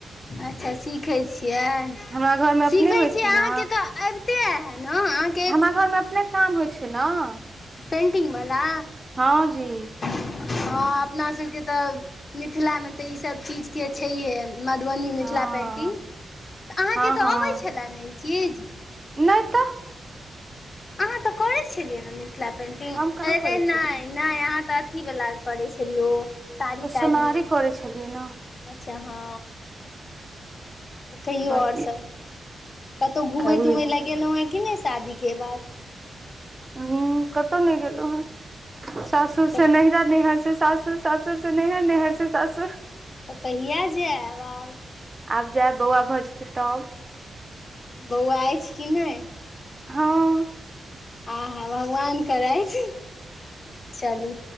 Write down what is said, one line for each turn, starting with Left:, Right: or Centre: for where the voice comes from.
Left: अच्छ सीखै छियै
Right: हमरा
Left: <inaudible>
Right: घरमे अपने
Left: सीखै
Right: होइ
Left: छियै
Right: छै
Left: अहाँकेँ
Right: ने
Left: तऽ अबिते ऐहा नऽ
Right: हमरा घरमे अपने काम होइ छै नऽ
Left: <inaudible> पेंटिंग वला
Right: हँ जी
Left: <unintelligible> हँ अपना सबकेँ तऽ मिथिलामे तऽ इ सभ चीज केँ छैहे मधुबनी मिथिला
Right: हँ
Left: पेन्टिंग <inaudible> तऽ अहाँकेँ
Right: हँ हँ
Left: तऽ अबै छलए ने इ चीज
Right: नहि तऽ
Left: अहाँ तऽ करै छलियै नऽ मिथिला पेन्टिंग
Right: हम कहाँ
Left: अरे
Right: करै
Left: नहि
Right: छलियै
Left: नहि अहाँ तऽ अथीवला करै छलियै ओ साड़ी
Right: तऽ सोनारी
Left: ताड़ीमे
Right: करै छलियै नअ
Left: अच्छ हँ कहियौ
Right: बाँकी
Left: और सभ <inaudible> कतौअ घूमै
Right: अभी
Left: तूमय गेलौह कि नहि शादी केँ बाद
Right: हॅं कतौअ नहि गेलहु हॅं <inaudible> सासुर
Left: तऽ
Right: से नैहरा नैहर से सासुर सासुर से नइहर नइहर से सासुर
Left: तऽ कहिआ जैब आब?
Right: आब जैब बौआ भऽ जेतै तब
Left: बौआ अछि कि नै
Right: हँ
Left: आ हाँ भगवान करैत चलू